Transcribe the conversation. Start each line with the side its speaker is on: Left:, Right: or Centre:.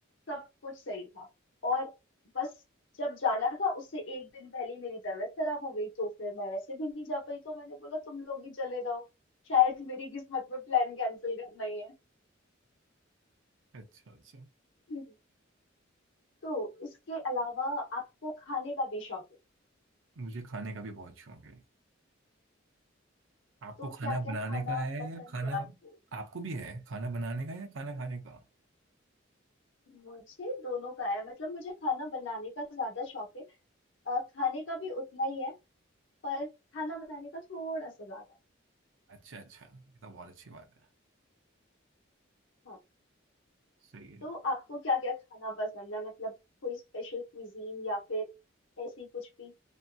Left: सब कुछ सही था और बस जब जाना था उससे एक दिन पहले ही मेरी तबीयत खराब हो गई तो फिर मैं वैसे भी नहीं जा पाई तो मैंने बोला तुम लोग ही चले जाओ शायद मेरी किस्मत में प्लान कैंसिल करना ही है
Right: अच्छा अच्छा
Left: <laughs> हम्म। तो इसके अलावा आपको खाने का भी शौक है
Right: मुझे खाने का भी बहुत शौक है आपको
Left: तो
Right: खाना
Left: क्या क्या
Right: बनाने
Left: खाना
Right: का है
Left: पसंद
Right: या खाना
Left: है आपको
Right: आपको भी है खाना बनाने का या खाना खाने का
Left: मुझे दोनों का है मतलब मुझे खाना बनाने का ज्यादा शौक है अ, खाने का भी उतना ही है पर खाना बनाने का थोड़ा सा ज्यादा है
Right: अच्छा अच्छा ये तो बहुत अच्छी बात है
Left: हाँ।
Right: सही है
Left: तो आपको क्या क्या खाना पसंद है मतलब कोई स्पेशल क्विजीन या फिर ऐसी कुछ भी